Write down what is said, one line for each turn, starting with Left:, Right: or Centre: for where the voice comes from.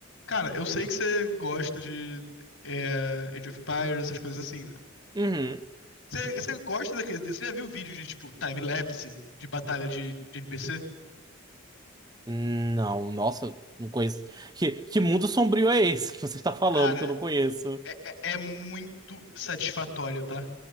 Left: Cara, eu sei que você gosta de é, Age of Empires, essas coisas assim, né?
Right: Uhum.
Left: Você, você gosta daquele. Você já viu vídeo de, tipo, time-lapse de batalha de, de NPC?
Right: Não, nossa, não conheço. Que, que mundo sombrio é esse que você está falando
Left: Cara,
Right: que eu não conheço?
Left: o- é, é- é muito satisfatório, tá?